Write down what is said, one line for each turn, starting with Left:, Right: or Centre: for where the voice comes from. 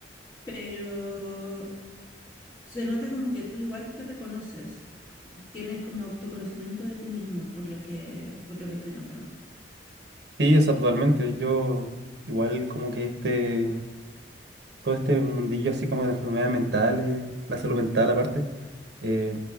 Left: pero se nota como que tú igual te reconoces. tienes como autoconocimiento de ti mismo, por lo que, por lo que estoy notando.
Right: Sí, o sea, totalmente. Yo igual como que este... todo este mundillo así como de las enfermedades mentales, la salud mental aparte, eh,